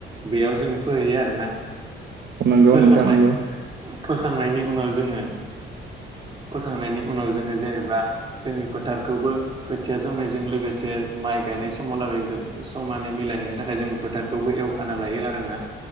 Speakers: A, on the right; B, on the right.
A: बेयाव जोङो फोहैयो आरोना।
B: नोंगौ
A: फोखांनाय
B: नोंथां नंगौ
A: फोखांनायनि उनाव जोङो फोखांनायनि उनाव जोङो जेनेबा जोंनि फोथारखौबो खोथिया जौनायजों लोगोसे माइ गायनाय समाव लागै जोब समानै मि लायहैनो थाखाय जोङो फोथारखौबो एवखाना लायो आरोना।